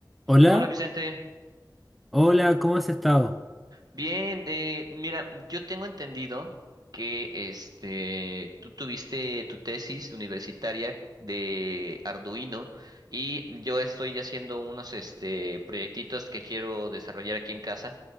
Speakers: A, in the centre; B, on the right.
A: Hola,
B: Hola Vicente,
A: hola, ¿cómo has estado?
B: bien, eh, mira, yo tengo entendido que este, tú tuviste tu tesis universitaria de Arduino y yo estoy haciendo unos este, proyectitos que quiero desarrollar aquí en casa